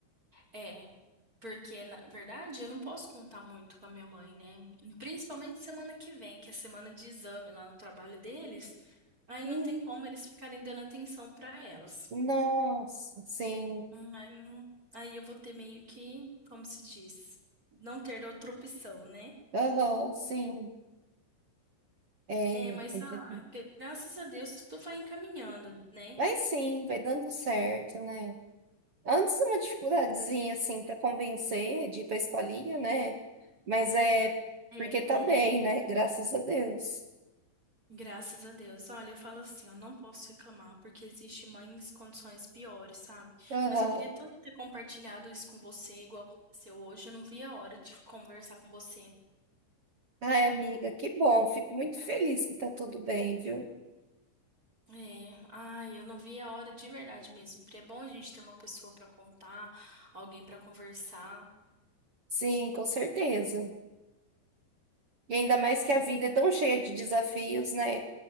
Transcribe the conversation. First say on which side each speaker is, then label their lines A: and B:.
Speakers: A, on the right; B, on the right.
A: É, porque na verdade eu não posso contar muito com a minha mãe, né? Principalmente semana que vem, que é semana de exame lá no trabalho deles. Aí
B: Hum,
A: não tem como eles ficarem dando atenção pra elas.
B: Nossa, sim.
A: Hum, Aí, não- aí eu vou ter meio que, como se diz, não ter outra opção, né?
B: Aham, sim, é
A: É, mas
B: completamente.
A: ah, graças a Deus tudo vai encaminhando, né?
B: Mas sim, vai dando certo, né? Antes uma dificuldadezinha assim para convencer de ir para escolinha, né? Mas é porque
A: É,
B: tá
A: Pri.
B: bem, né? Graças a Deus.
A: Graças a Deus. Olha, eu falo assim, eu não posso reclamar, porque existe mães em condições piores, sabe?
B: Aham.
A: Mas eu queria tanto ter compartilhado isso com você, igual aconteceu hoje. Eu não vi a hora de conversar com você.
B: Ai, amiga, que bom. Fico muito feliz que tá tudo bem, viu?
A: É, ai, eu não vi a hora de verdade mesmo. Porque é bom a gente ter uma pessoa pra contar, alguém pra conversar.
B: Sim, com certeza. E ainda mais
A: Ai,
B: que a vida é tão cheia de desafios, né?